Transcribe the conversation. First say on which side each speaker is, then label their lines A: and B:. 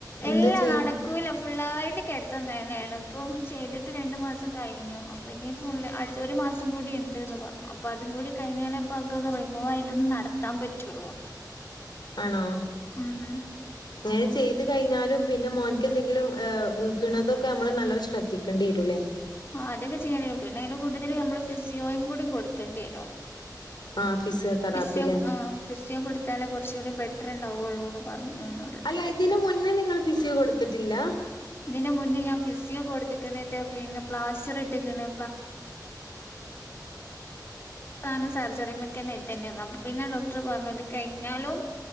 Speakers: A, on the left; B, on the left.
A: ഇല്ല
B: എന്താ ചെയ്യുന്ന
A: നടക്കൂല ഫുള്ളായിട്ട് കിടത്ത തന്നെയാണ് ഇപ്പം ചെയ്തിട്ട് രണ്ട് മാസം കഴിഞ്ഞു അപ്പം ഇനിപ്പ അടുത്തൊരു മാസം കൂടി ഉണ്ട്ന്ന് പറഞ്ഞു അപ്പൊ അതും കൂടി കഴിഞ്ഞാലേ അപ്പൊ അവക്കന്ന് റിമൂവ് ആയിട്ടൊന്ന് നട എത്താൻ പറ്റുള്ളൂ
B: ആണോ
A: ഉം ഉം
B: അങ്ങനെ ചെയ്ത് കഴിഞ്ഞാലും പിന്നെ മോൻക്ക് എന്തെങ്കിലും ഏഹ് വിഗ്ണതൊക്കെ നമ്മള് നല്ലോണം ശ്രദ്ധിക്കേണ്ടി വരുംല്ലേ
A: ആ അതൊക്കെ ചെയ്യേണ്ടരും പിന്നെ അതിൻ്റെ കൂട്ടത്ത്‌ല് നമ്മള് ഫ്യുസിയോയും കൂടി കൊടുക്കേണ്ടി വരും
B: ആഹ് ഫിസിയോതെറാപ്പി
A: ഫിസിയോ
B: ല്ലേ?
A: ആ ഫിസിയോ കൊട് ത്താലേ കൊർച്ചുകൂടി ബെറ്റർ ഉണ്ടാവുള്ളൂ ന്ന് പർഞ്ഞീനു ഇന്നോട്
B: അല്ല ഇതിന് മുന്നെ നിങ്ങൾ ഫിസിയൊ കൊടുത്തിട്ടില്ല
A: ഇതിന് മുന്നേ ഞാൻ ഫിസിയോ കൊടുത്ത്ക്ക്ണ് ത്ത പിന്നെ പ്ലാസ്റ്റർ ഇട്ട്ക്ക്ണ് ണ് സർജറിമക്കെന്നെ എത്തേണ്ടി വന്നു അപ്പ പിന്നെ ഡോക്ടർ പർഞ്ഞു ഇത് കഴിഞ്ഞാലും